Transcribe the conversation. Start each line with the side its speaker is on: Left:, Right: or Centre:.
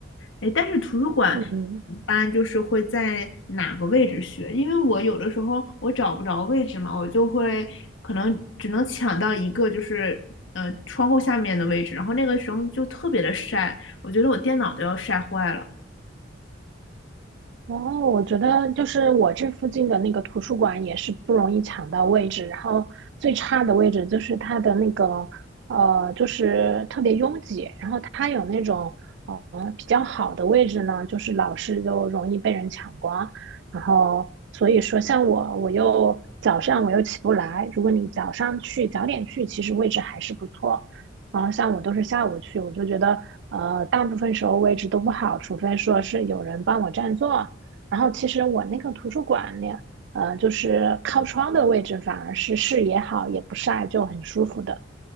Left: 哎，但是图书馆一般就是会在哪个位置学？
Right: 嗯。
Left: 因为我有的时候我找不着位置嘛，我就会可能只能抢到一个，就是呃窗户下面的位置，然后那个时候就特别的晒，我觉得我电脑都要晒坏了。
Right: 哦，我觉得就是我这附近的那个图书馆也是不容易抢到位置，然后最差的位置就是它的那个呃，就是特别拥挤，然后它有那种呃、比较好的位置呢，就是老是就容易被人抢光，然后所以说像我，我又早上我又起不来，如果你早上去早点去，其实位置还是不错，然后像我都是下午去，我就觉得呃大部分时候位置都不好，除非说是有人帮我占座。然后其实我那个图书馆呢，呃，就是靠窗的位置，反而是视野好，也不晒，就很舒服的。